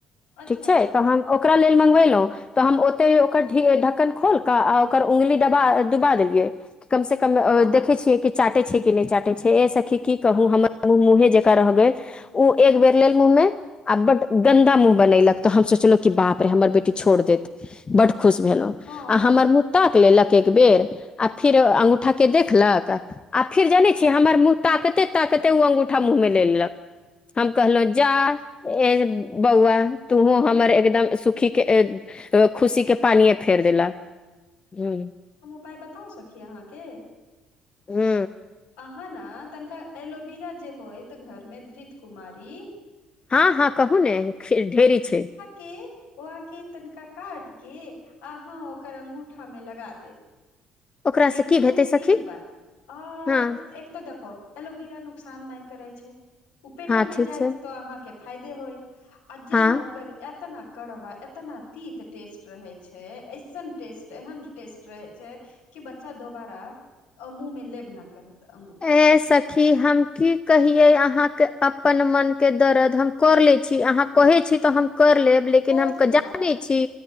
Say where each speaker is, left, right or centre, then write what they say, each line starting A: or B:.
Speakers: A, on the left; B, on the left.
A: अच्छा
B: ठीक छै
A: अच्छा
B: तऽ हम ओकरा लेल मँंगबे लहुँ तऽ हम ओते ओकर ढक्कन खोल कऽ आ ओकर उंगली डबा डुबा देलियै कम से कम
A: हँ
B: देखै छियै कि चाटे छै कि नहि चाटे छै ए सखी की
A: हँ
B: कहू हमर मुँहे जे रह गेल ओ एक बेर लेल मुँह मे आ बड गन्दा मुँह बनलक तऽ हम सोचलहु कि बाप रे हमर बेटी छोड़ देत बड्ड खुश भेलहुँ
A: हँ
B: आ हमर मुंह ताक लेलक एक बेर आ फेर अंगूठा के देखलक आ फिर जानै
A: हँ
B: छियै हमर मुंह ताकते ताकते ओ अंगूठा मुँह में ले लेलक हम कहलो जा ए बौआ तुहूँ हमर एकदम सुखी के खुशी के पानिए फेर देला ह
A: पााय बताउ सकी अहाँके
B: हू
A: अहाँ ने तनिका एलोविरा जे होत घर मे धृत कुमारी
B: हँ हँ कहू ने ढेरी छै
A: कि के तनिका काट के अहाँ ओकर अंगूठा में लगा देब
B: ओकरासँ
A: एक
B: की
A: दू
B: हेतै सखी
A: तीन बार अऽ
B: हँ
A: एक तऽ देख एलोविरा नुकसान नहि करै छै उ पेटो
B: हँ
A: मे
B: ठीक
A: जायइत
B: छै
A: तऽ अहाँके फायदे होय आ जेना
B: हँ
A: ओकर एतना कड़वा एतना तीत टेस्ट रहे छै एऐइसन टेस्ट एहन टेस्ट रहे छै कि बच्चा दोबारा मुँह में लेब न करत अंगूठा
B: एहि सक क हम की कहि अहाँके अपन मन के दर्द हम कर ले छी अहाँ कहै छी तऽ हम कर लेब लेकिन
A: कोर
B: हम
A: लेब
B: जानै
A: अहाँ
B: छी